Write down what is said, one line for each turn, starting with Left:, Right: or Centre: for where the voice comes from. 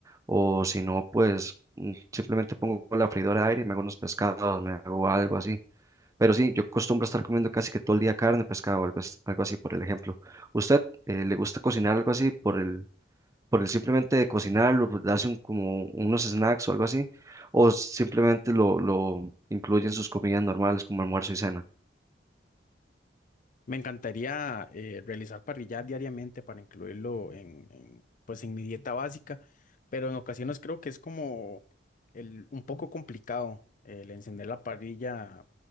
Right: o si no, pues mm, simplemente pongo la freidora de aire y me hago unos pescados, me hago algo así. Pero sí, yo acostumbro a estar comiendo casi que todo el día carne, pescado, algo, as- algo así, por el ejemplo. ¿Usted eh, le gusta cocinar algo así por el, por el simplemente de cocinarlo, por darse un- como unos snacks o algo así? ¿O simplemente lo, lo incluye en sus comidas normales como almuerzo y cena?
Left: Me encantaría eh, realizar parrillas diariamente para incluirlo en, en, pues en mi dieta básica, pero en ocasiones creo que es como el, un poco complicado el encender la parrilla